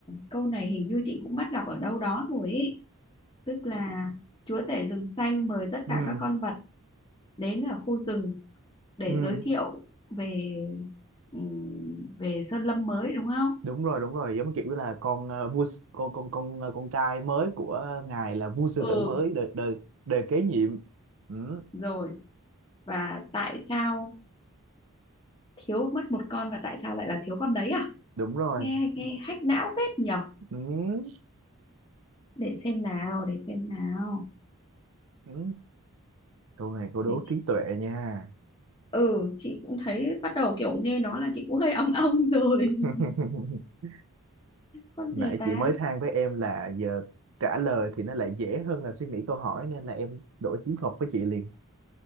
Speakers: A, on the left; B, on the right.
A: câu này hình như chị cũng bắt gặp ở đâu đó rồi ý. Tức là chúa tể rừng xanh mời tất
B: ừ
A: cả các con vật đến ở khu rừng để
B: ừ
A: giới thiệu về ừm, về sơn lâm mới đúng không?
B: đúng rồi đúng rồi giống kiểu là con ờ, vua s- con con con ờ, con trai mới của ngài là vua sư
A: Ừ,
B: tử
A: ừ
B: mới đời đời đời kế nhiệm ừ
A: rồi. Và tại sao thiếu mất một con và tại sao lại là thiếu con đấy à?
B: đúng rồi
A: Nghe nghe hack não phết nhỉ?
B: Ừ,
A: để xem nào để xem nào
B: ừ. Câu này câu đố
A: để chị
B: trí tuệ nha.
A: ừ chị cũng thấy bắt đầu kiểu nghe nó là chị cũng hơi ong ong rồi <laughs>
B: <laughs>
A: con
B: Nãy
A: gì ta
B: chị mới than với em là giờ trả lời thì nó lại dễ hơn là suy nghĩ câu hỏi nên là em đổi chiến thuật với chị liền.